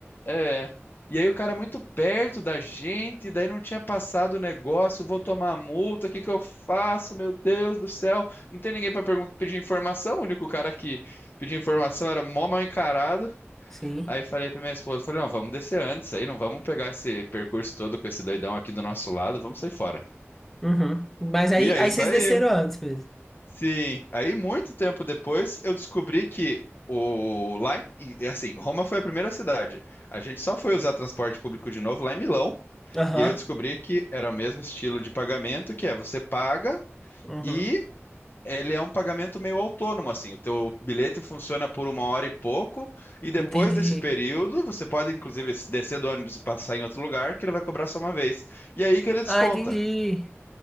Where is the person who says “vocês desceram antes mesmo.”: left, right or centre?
Centre